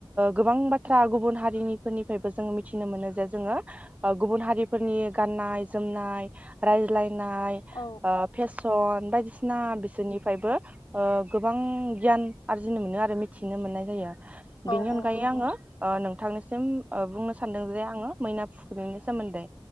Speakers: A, on the right; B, on the left.
A: गोबां बाथ्रा गुब। हारिनिफोरनिफ्रायबो जोङो मि। मिथिनो मोनो जे जोङो गुबुन हारिफोरनि गाननाय जोमनाय रायज्लायनाय। नाय
B: औ
A: ओ फेसन बायदिसिना बिसोरनिफ्रायबो। ओ गोबां गियान आरजिनो मोनो आरो मिथिनो मोननाय जायो।
B: औ
A: बेनि अनगायै
B: औ नंगौ
A: आङो ओ नों। थांनायसिम। ओ बुंनो सान्दों जे आङो। मैना फुख्रिनि सोमोन्दै।